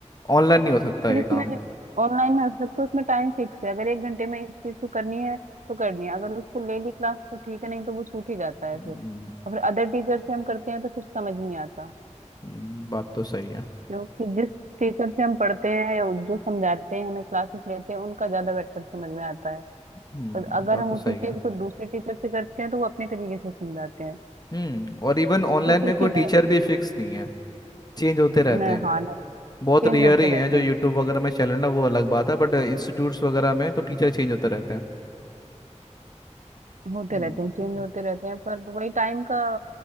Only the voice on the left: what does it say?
ऑनलाइन नहीं हो सकता
ये
काम
हम्म,
हम्म, बात तो सही है
हम्म
बात
तो सही
है
हम्म और इवन ऑनलाइन
में
कोई टीचर भी फिक्स नहीं है चेंज होते रहते
हैं
बहुत रेयर
ही है
जो
यूट्यूब वगैरह में चैनल है वो अलग बात है बट इंस्टीट्यूट्स वगैरह में तो टीचर चेंज होते रहते हैं
हम्म